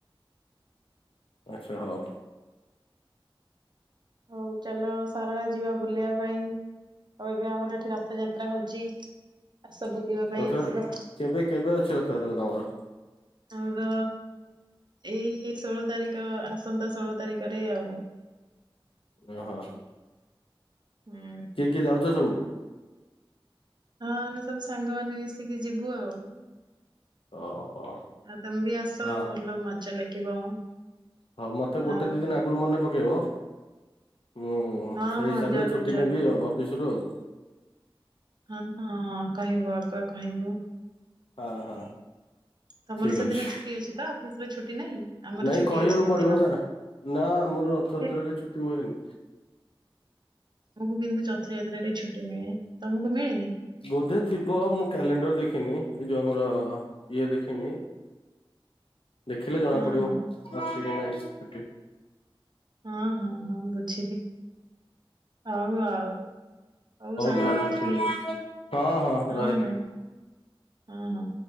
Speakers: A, on the left; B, on the right.
A: ଆଚ୍ଛା ହଉ।
B: ହଉ ଚାଲ ସାରଳା ଯିବା ବୁଲିବା ପାଇଁ? ଆଉ ଏବେ ଆମର ଏଠି ରଥଯାତ୍ରା ହଉଛି ଆସ ବୁଲିବା ପାଇଁ
A: ରଥ
B: ଆସିଵ?
A: କେବେ କେବେ ଅଛି ରଥଯାତ୍ରା ତମର?
B: ଆମର ଏଇ ଷୋଳ ତାରିଖ ଆସନ୍ତା ଷୋହଳ ତାରିଖରେ ଆଉ
A: ହଁ ହଁ।
B: ହୁଁ।
A: କିଏ କିଏ ଯାଉଛ ସବୁ?
B: ହଁ ଆମେ ସବୁ ସାଙ୍ଗମାନେ ମିଶିକି ଯିବୁ ଆଉ
A: ଓହୋ।
B: ଆଉ ତମେ ବି ଆସ
A: ଆ
B: ଭଲ ମଜା ଲାଗିବ।
A: ହଉ ମତେ ଗୋଟେ
B: ଆଉ
A: ଦି ଦିନ ଆଗରୁ ମନେ ପକେଇବ ମୁଁ ହୁଁ
B: ହଁ
A: ସେଇ
B: ହଁ
A: ହିସାବରେ
B: ଜରୁର
A: ଛୁଟି
B: ଜରୁର
A: ନେବି ଆଉ ଅଫିସରୁ ଆଉ।
B: ହଁ ହଁ କହିବୁ ଆଗୁଆ କହିବୁ?
A: ହଁ ହଁ।
B: ତମର
A: ଠିକ
B: ସେଦିନ
A: ଅଛି
B: ଛୁଟି ଅଛି ତ ଅଫିସରେ ଛୁଟି ନାହିଁ ଆମର
A: ନାଇଁ
B: ଛୁଟି
A: କହିବାକୁ
B: ଅଛି ସେଦିନ।
A: ପଡିବ ନା ନା ଆମର ରଥଯାତ୍ରାରେ
B: ହେ,
A: ଛୁଟି ହୁଏନି।
B: ଆମକୁ କିନ୍ତୁ ରଥଯାତ୍ରାରେ ଛୁଟି ମିଳେ ତମକୁ ମିଳେନି।
A: ବୋଧେ ଥିବ ମୁଁ କ୍ୟାଲେଣ୍ଡର ଦେଖିନି ଏଇ ଯୋଉ ଆମର ଇଏ ଦେଖିନି।
B: <inaudible>
A: ଦେଖିଲେ ଜଣାପଡ଼ିବ
B: ହଁ ହଁ
A: ଅଛି କିନାହିଁ ଛୁଟି।
B: ହଁ ହଁ ହଁ ବୁଝିଲି ହଉ ଆଉ। ହଉ ସାଙ୍ଗ
A: ତାହେଲେ
B: ରଖିଲି
A: ଠିକ ହଁ
B: ହଁ
A: ରହିଲି
B: ହଁ। ହଁ ହଁ।